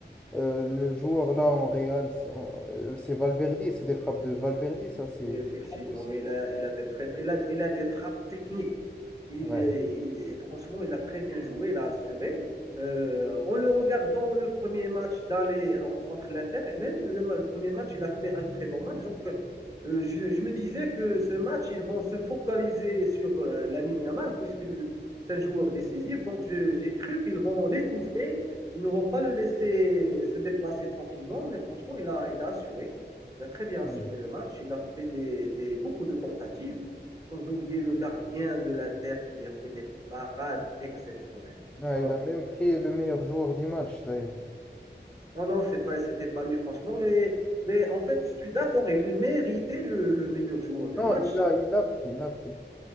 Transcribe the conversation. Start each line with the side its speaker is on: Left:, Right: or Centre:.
Centre: euh, le joueur là en Real, c'est euh, c'est Valverde, c'est des frappes de Valverde, ça c'est
Right: Oui, effectivement,
Centre: c'est trop puissant.
Right: oui, il a, il a des très, il a, il a des trappes techniques. Il
Centre: Ouais.
Right: est, il- franchement, il a très bien joué, il a assuré. Euh, en le regardant, le premier match d'aller en- contre l'Inter, et même le, ma- le premier match, il a fait un très bon match. Donc, euh, je, je me disais que ce match, ils vont se focaliser sur la Lamine Yamal, puisque le- c'est un joueur décisif. Donc, je- j'ai cru qu'ils vont l'étouffer. Ils ne vont pas le laisser se déplacer tranquillement, mais franchement, il a, il a assuré. Il a très bien
Centre: Ouais.
Right: assuré le match. Il a fait des, des- beaucoup de tentatives, sans oublier le gardien de l'Inter qui a fait des parades exceptionnelles. Franchement,
Centre: Ouais, il a même pris le meilleur joueur du match d'ailleurs.
Right: non, non, c'est pas, c'était pas lui, franchement. Mais, mais en fait, je suis d'accord. Il méritait le, le meilleur joueur du
Centre: Non,
Right: match.
Centre: il a, il l'a pris, il l'a pris.